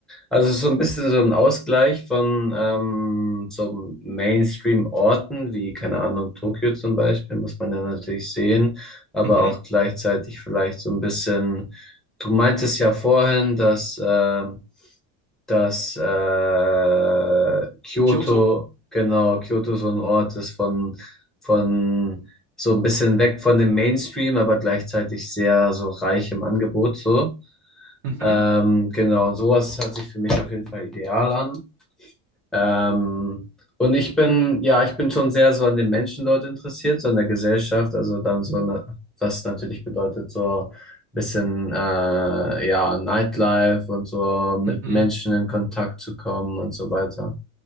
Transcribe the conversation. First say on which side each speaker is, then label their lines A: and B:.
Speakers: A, in the centre; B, on the right.
A: also so ein bisschen so ein Ausgleich von ähm, so Mainstream-Orten wie, keine Ahnung, Tokio zum Beispiel, muss man ja natürlich sehen, aber
B: Mhm.
A: auch gleichzeitig vielleicht so ein bisschen, du meintest ja vorhin, dass ähm, dass äh, Kyoto,
B: Kyoto?
A: genau, Kyoto so ein Ort ist von, von so ein bisschen weg von dem Mainstream, aber gleichzeitig sehr so reich im Angebot so.
B: Mhm.
A: Ähm, genau, sowas hört sich für mich auf jeden Fall ideal an. Ähm, und ich bin, ja, ich bin schon sehr so an den Menschen dort interessiert, so an der Gesellschaft, also dann so, ne, was natürlich bedeutet, so ein bisschen, äh, ja, Nightlife und so mit
B: Mhm.
A: Menschen in Kontakt zu kommen und so weiter.